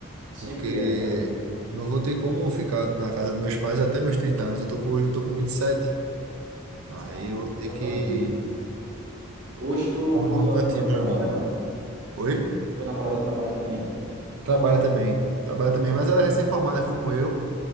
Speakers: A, on the right (about 55°); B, on the right (about 80°).
A: Sempre
B: porque
A: é. é.
B: não vou ter como ficar na casa dos meus pais até meus 30 anos. Eu tô com, hoje eu tô com vinte e sete Aí
A: Ah,
B: eu
A: pô,
B: vou ter
A: tá,
B: que
A: tá novo. né? Hoje tu,
B: arrumar
A: tua
B: um cantinho
A: namorada
B: pra
A: trabalha,
B: mim.
A: não?
B: Oi?
A: Tua namorada trabalha também?
B: Trabalha também. Trabalha também, mas ela é recém-formada como eu.